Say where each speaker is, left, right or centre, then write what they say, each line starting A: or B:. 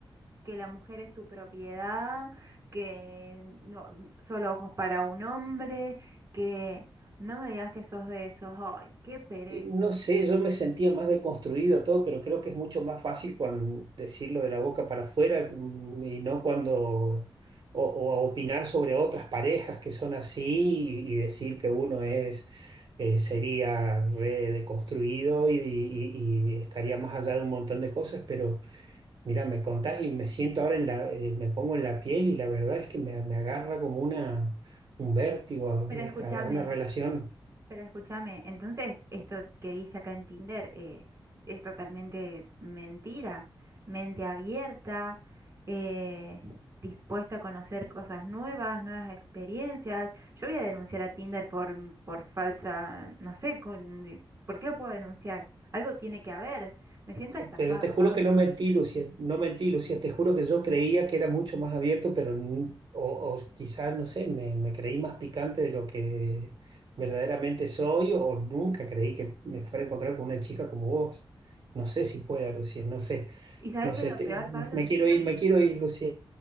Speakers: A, on the right; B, on the right.
A: que la mujer es tu propiedad, que no, solo ojos para un hombre, que no me digas que sos de esos. Ay, qué pereza.
B: Eh, No sé, yo me sentía más deconstruido todo, pero creo que es mucho más fácil cuando decirlo de la boca para afuera mm, y no cuando, o, o a opinar sobre otras parejas que son así y, y decir que uno es, eh, sería re deconstruido y, y- y estaría más allá de un montón de cosas, pero mira, me contás y me siento ahora en la, eh, me pongo en la piel y la verdad es que me, me agarra como una, un vértigo,
A: Pero
B: una,
A: escúchame.
B: una relación.
A: Pero escúchame, entonces esto que dice acá en Tinder eh, es totalmente mentira. Mente abierta, eh, dispuesta a conocer cosas nuevas, nuevas experiencias. Yo voy a denunciar a Tinder por, mm, por falsa, no sé, con- ¿por qué lo puedo denunciar? Algo tiene que haber. Me siento estafada,
B: Pero te juro
A: Pablo.
B: que no mentí, Lucía, no mentí, Lucía, te juro que yo creía que era mucho más abierto, pero n- o, o quizás, no sé, me, me creí más picante de lo que verdaderamente soy o nunca creí que me fuera a encontrar con una chica como vos. No sé si pueda, Lucía, no sé,
A: ¿Y sabes
B: no
A: qué
B: sé,
A: es lo
B: te-
A: peor, Pablo,
B: me, me
A: que encima?
B: quiero ir, me quiero ir, Lucía.